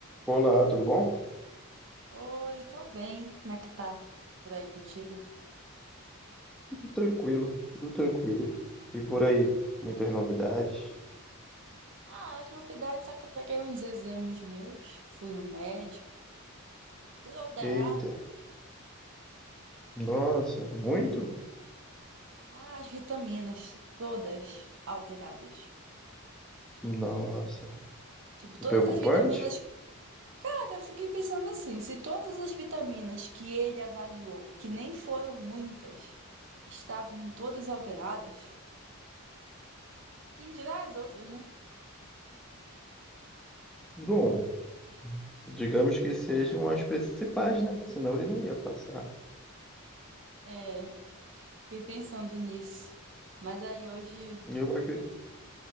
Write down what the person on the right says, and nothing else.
Oi, tô bem. Como é que tá por aí contigo?
Ah, as novidades, só que eu peguei uns exames meus, fui no médico, tudo alterado.
Ah, as vitaminas, todas alteradas.
Tipo, todas
as vitaminas. Cara, eu fiquei pensando assim, se todas as vitaminas que ele avaliou, que nem foram muitas, estavam todas alteradas, quem dirá as outras, né?
É, fiquei pensando nisso. Mas aí hoje.